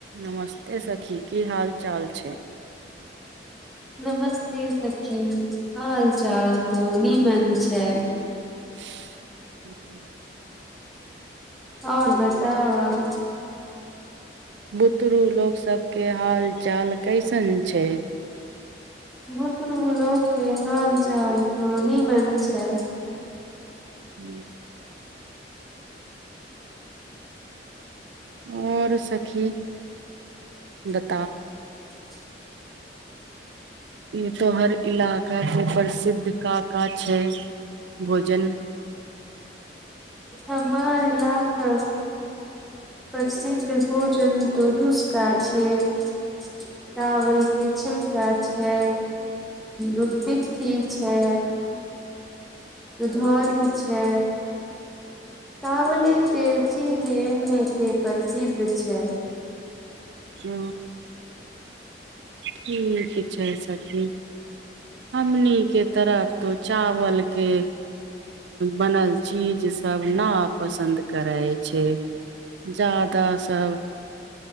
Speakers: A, on the right; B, in the centre.
A: नमस्ते सखी की हाल चाल छै।
B: नमस्ते सखी हाल चाल त निमन छै।
A: <inaudible>
B: आओर बताउ।
A: बुतरु। लोकोग सबके हाल चाल कैसन छै।
B: बुत्रलके हर जाल नि मन छै।
A: ह्म। आओर सखी देख
B: <unintelligible>
A: ई तो हर इलाकाके प्रसिद्ध काका छै भोजन।
B: हमार इलाका। प्रसिद्ध भोजन तो ढूसका छै चावल के छिलका छै दूधपि्ठी छै। दुधौरी छै चावले के चीजे मे के प्रसिद्ध छै।
A: हु ठीक छै सखी। हमनी के तरफ तो चावल के बनल चीज सभ ना पसन्द करै छै, जादा सभ